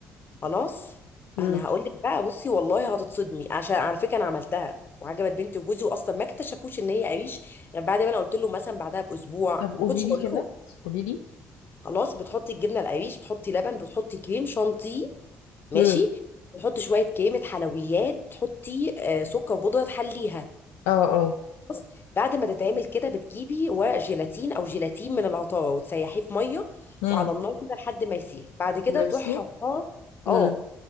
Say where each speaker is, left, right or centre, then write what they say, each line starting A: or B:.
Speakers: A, on the left; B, on the left.
A: خلاص
B: امم
A: انا هقولك بقى بصي والله هتتصدمي عشان على فكرة انا عملتها وعجبت بنتي وجوزي واصلا ما اكتشفوش ان هي قريش يعني بعد ما انا قلت له مثلا بعدها باسبوع
B: طب قولي
A: ما كنتش
B: لي
A: اقول
B: كده
A: لهم
B: قولي لي
A: خلاص بتحطي الجبنه القريش بتحطي لبن بتحطي كريم شانتيه ماشي
B: امم
A: تحط شويه كريمه حلويات تحطي آه، سكر وبودره تحليها
B: اه اه
A: بس بعد ما تتعمل كده بتجيبي ورق جيلاتين او جيلاتين من العطاره وتسيحيه في ميه
B: امم
A: وعلى النار كده لحد ما يسيح بعد كده
B: ماشي
A: تروحي حطاه اه
B: امم